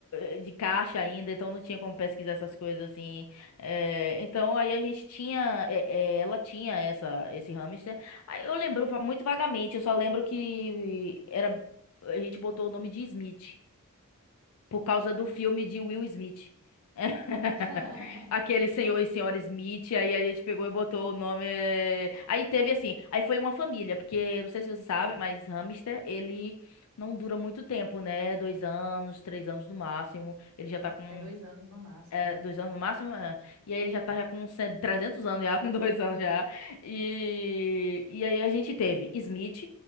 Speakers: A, on the left (about 80°); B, on the right (about 70°).
A: eh, de caixa ainda, então não tinha como pesquisar essas coisas assim. Eh, então aí a gente tinha, eh, eh, ela tinha essa, esse hamster. Aí eu lembro va- muito vagamente, eu só lembro que era, a gente botou o nome de Smith por causa do filme de Will Smith. <laughs>
B: <laughs>
A: Aquele senhor e senhora Smith, aí a gente pegou e botou o nome. eh, Aí teve assim, aí foi uma família, porque não sei se você sabe,
B: Hum,
A: mas hamster, ele não dura muito tempo, né? Dois anos, três anos no máximo. Ele já
B: é,
A: tá com
B: é dois anos no máximo,
A: eh,
B: é.
A: dois anos no máximo, é. E aí ele já tá
B: É.
A: já com 100 300 anos, já <laughs> com dois anos já. E, e aí a gente teve Smith,